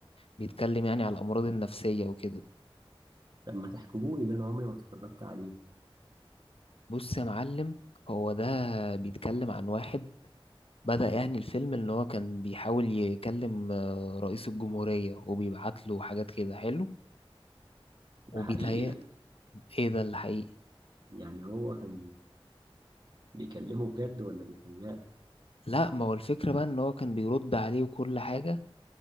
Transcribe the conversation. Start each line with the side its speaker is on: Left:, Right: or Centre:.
Left: بيتكلم يعني على الأمراض النفسية وكده
Right: طب ما تحكموني ده أنا عمري ما اتفرجت عليه
Left: بص يا معلم هو ده بيتكلم عن واحد بدأ يعني الفيلم إن هو كان بيحاول يكلم آه، رئيس الجمهورية وبيبعت له حاجات كده حلو
Right: ده
Left: وبيتهيأ
Right: حقيقي ده
Left: إيه ده الحقيقي
Right: يعني هو كان بيكلمه بجد ولا بيتهيأله
Left: لا ما هو الفكرة بقى إن هو كان بيرد عليه وكل حاجة